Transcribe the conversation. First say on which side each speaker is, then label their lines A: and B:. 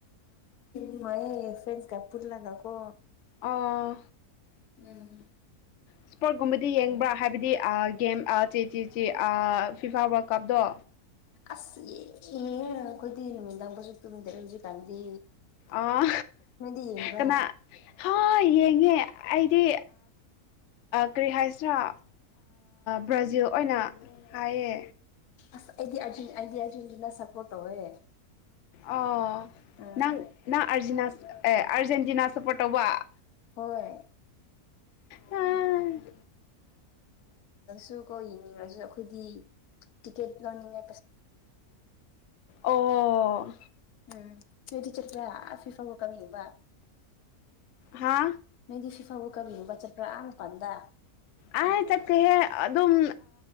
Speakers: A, on the left (about 80°); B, on the left (about 60°).
A: ꯎꯃꯦ ꯐ ꯀ ꯄꯨꯔꯂ ꯀꯀꯣ
B: ꯑꯥ
A: ꯎꯝ
B: ꯏꯁꯄꯣꯔꯠꯀꯨꯝꯕꯗꯤ ꯌꯦꯡꯕ꯭ꯔꯥ ꯍꯥꯏꯕꯗꯤ ꯒꯦꯝ ꯆꯦ ꯆꯦ ꯆꯦ ꯐꯤꯐꯥ ꯋꯥꯔꯜ ꯀꯞꯇꯣ
A: ꯑꯁ ꯑꯦ ꯑꯩꯈꯣꯏꯗꯤ ꯅꯨꯃꯤꯗꯥꯡꯕꯨꯁꯨ ꯇꯨꯝꯗꯔꯦ ꯍꯧꯖꯤꯛꯀꯥꯟꯗꯤ
B: ꯑꯣ
A: ꯅꯣꯏꯗꯤ ꯌꯦꯡꯕ꯭ꯔꯥ
B: ꯀꯅꯥ ꯍꯣꯏ ꯌꯦꯡꯉꯦ ꯑꯩꯗꯤ ꯀꯔꯤꯍꯁꯅ ꯕ꯭ꯔꯥꯖꯤꯜ ꯑꯣꯏꯅ ꯍꯥꯏꯌꯦ
A: ꯑꯁ ꯑꯩꯗꯤ ꯑꯔ ꯑꯩꯗꯤ ꯑꯔꯖꯦꯟꯇꯤꯅꯥ ꯁꯄꯣꯔꯠ ꯇꯧꯋꯦ
B: ꯑꯣ
A: ꯎꯝ
B: ꯅꯪ ꯅꯪ ꯑꯦ ꯑꯥꯔꯖꯦꯟꯇꯤꯅꯥ ꯁꯞꯄꯣꯔꯠ ꯇꯧꯕ
A: ꯍꯣꯏꯣꯏ
B: ꯎꯝ
A: ꯁ ꯀꯣ ꯌꯦꯡꯅꯤꯡꯉꯁꯨ ꯑꯩꯈꯣꯏꯗꯤ ꯇꯤꯛꯀꯦꯠ ꯂꯧꯅꯤꯡꯉꯦ
B: ꯑꯣ
A: ꯎꯝ ꯅ ꯇꯤꯆꯔ ꯐ ꯐ ꯏꯐꯥꯕꯨ ꯀꯃꯤꯕ
B: ꯍꯥ
A: ꯃꯗꯤ ꯁꯤꯐꯕꯨ ꯀꯕꯤꯕꯆꯠꯄ꯭ꯔ ꯑꯝ ꯄꯥꯟꯗ
B: ꯑ ꯆ ꯀ ꯍꯦ ꯑꯗꯨꯝ